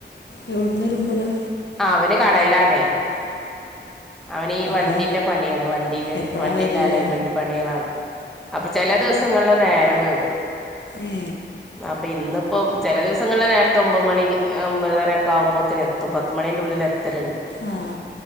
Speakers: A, on the left (about 65°); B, in the centre.
A: എവിടന്ന് വരുമ്പോള്
B: അവന് കടയിലാണേ അവനി ഈ
A: എപ്പോഴാ
B: വണ്ടിന്റെ പണിയാണ് വണ്ടിയില്
A: എപ്പോഴാ
B: വണ്ടിന്റെ
A: വരല്
B: അലൈൻമെന്റ് പണികളാണ് അപ്പൊ ചില ദിവസങ്ങള നേര വേകും
A: ഏ
B: അപ്പം ഇന്നിപ്പം ചില ദിവസങ്ങളിൽ നേരത്തെ ഒമ്പത് മണി ഒൻമ്പത്തര ഒക്കെ ആകുമ്പോത്തേന എത്തും പത്തുമണിൻ്റെ ഉള്ളിൽ എത്തലുണ്ട്
A: ആഹ